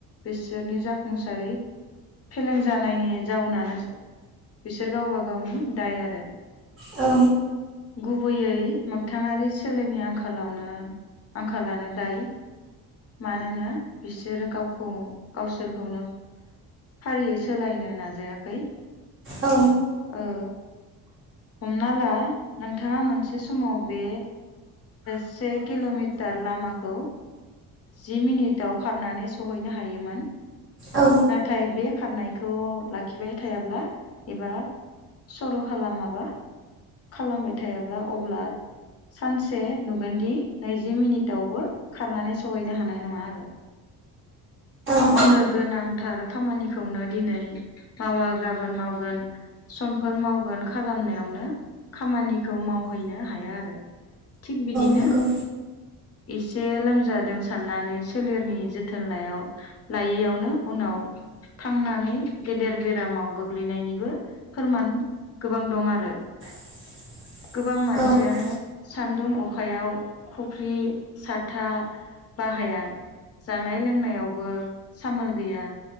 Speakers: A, on the left; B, on the right.
A: बिसोरनि जाफुंसारै फेलें जानायनि जाउनानो बिसोर गावबा गावनि दाय आरो
B: औ
A: गुबैयै मोगथाङारि सोलेरनि आंखालावनो आंखालानो दाय। मानोना बिसोरो गावखौ गावसोरखौनो फारियै सोलायनो नाजायाखै।
B: औ
A: ओ हमना ला नोंथाङा मोनसे समाव बे से किल'मिटार लामाखौ जि मिनिटाव खारनानै सहैनो हायोमोन।
B: औ
A: नाथाय बे खारनायखौ लाखि खिबाय थायाब्ला एबा सर' खालामाबा- खालामबाय थायाब्ला अब्ला सानसे नुगोनदि नैजि मिनिटावबो खारनानै सान सहैनो हानाय नङा आरो।
B: औ
A: मावनो गोनांथार खामानि खौनो दिनै मावा गाबोन मावगोन समफोर मावगोन खालामनायावनो खामानिखौ मावहैनो हाया आरो थिग बिदिनो
B: नंगौ
A: इसे लोमजा दों साननानै सोलेरनि जोथोन ल लायैयावनो उनाव थांनानै गेदेर बेरामाव गोग्लैनायनिबो फोरमान गोबां दं आरो।
B: <inaudible>
A: गोबां मानसियानो
B: औ नंगौ
A: सान्दुं अखायाव खफ्रि साथा बाहाया जानाय लोंनायावबो सामोल गैया